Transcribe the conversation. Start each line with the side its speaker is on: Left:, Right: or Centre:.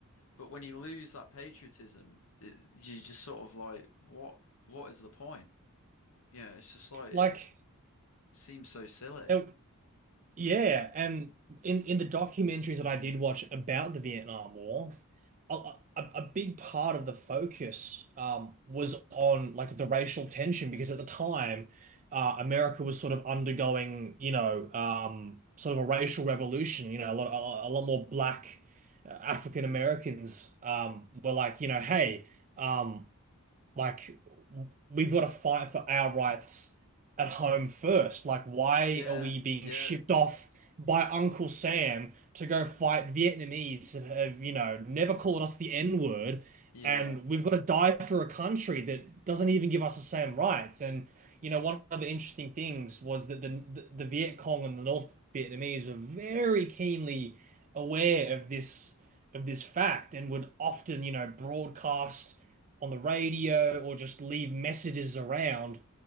Left: But when you lose that patriotism, it, you're just sort of like, what? What is the point? Yeah, it's just like
Right: Like,
Left: it seems so silly.
Right: there, Yeah, and in in the documentaries that I did watch about the Vietnam War, a, a, a big part of the focus um, was on like the racial tension because at the time, uh, America was sort of undergoing, you know, um, sort of a racial revolution. You know, a lot a, a lot more black uh, African Americans um, were like, you know, hey. Um, like we've got to fight for our rights at home first. Like why
Left: Yeah,
Right: are we being
Left: yeah,
Right: shipped off by Uncle Sam to go fight Vietnamese that have, you know, never called us the N-word
Left: yeah,
Right: and we've got to die for a country that doesn't even give us the same rights. And you know, one of the interesting things was that the the, the Viet Cong and the North Vietnamese were very keenly aware of this of this fact and would often, you know, broadcast on the radio or just leave messages around